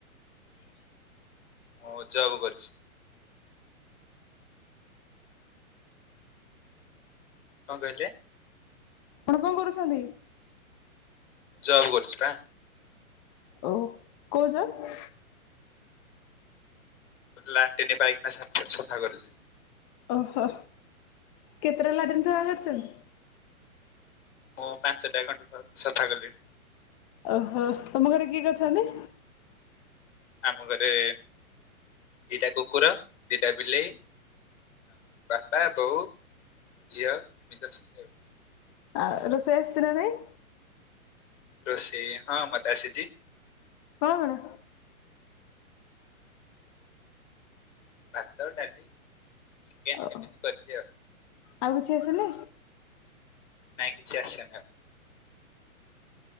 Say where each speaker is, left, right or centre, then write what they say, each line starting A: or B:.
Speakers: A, on the left; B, on the left.
A: <inaudible>
B: ମୁଁ ଜବ୍ କରିଛି। କଣ କହିଲେ?
A: ଆପଣ କଣ କରୁଛନ୍ତି?
B: ଜବ୍ କରୁଛି ପା।
A: ଓ କୋଉ ଜବ୍?
B: ଲାଟିନୀ ପାଇଖିନା ସଫା କରୁଛି।
A: ଓହୋ। କେତେଟା ଲାଟିନ ସଫା କରିଛନ୍ତି?
B: ମୁଁ ପାଞ୍ଚ ଟା ଖଣ୍ଡେ ସଫା କଲିଣି।
A: ଓହୋ ତମ ଘରେ କିଏ କିଏ ଅଛନ୍ତି?
B: ଆମ ଘରେ ଦିଟା କୁକୁର? ଦିଟା ବିଲେଇ। ବାପା ବୋଉ ଝିଅ ଏମିତି ଅଛନ୍ତି।
A: ଆ ରୋଷେଇ ଆସିଛି ନା ନାଇଁ?
B: ରୋଷେଇ ହଁ ମତେ ଆସିଛିି।
A: କଣ?
B: ଭାତ ଡାଲି। ଚିକେନ
A: ଓ
B: ଏମିତି କରିଚି ଆଉ।
A: ଆଉ କିଛି ଆସିନି
B: ନାଇଁ କିଛି ଆସିନି ଆଉ।